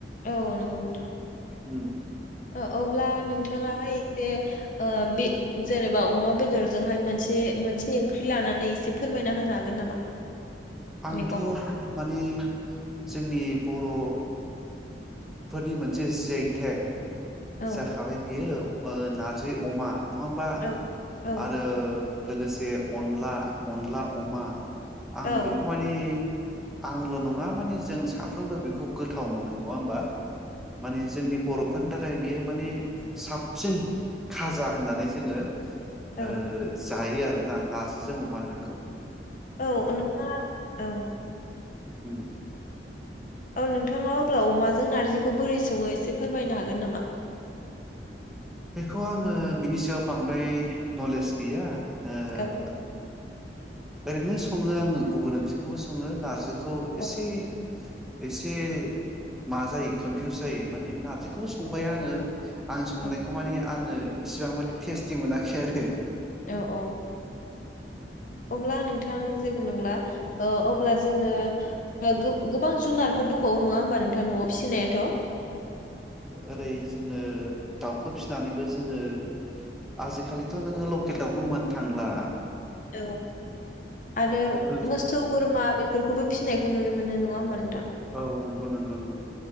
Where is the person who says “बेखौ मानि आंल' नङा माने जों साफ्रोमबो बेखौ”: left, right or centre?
Centre